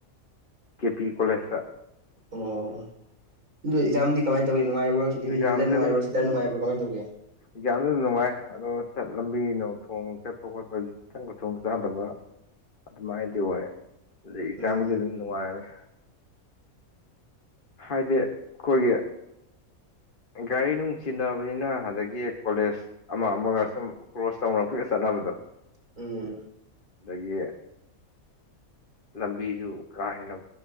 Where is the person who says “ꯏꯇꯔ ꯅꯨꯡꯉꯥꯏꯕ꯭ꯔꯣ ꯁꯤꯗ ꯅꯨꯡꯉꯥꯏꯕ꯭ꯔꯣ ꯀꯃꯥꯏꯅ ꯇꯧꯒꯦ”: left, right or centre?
Right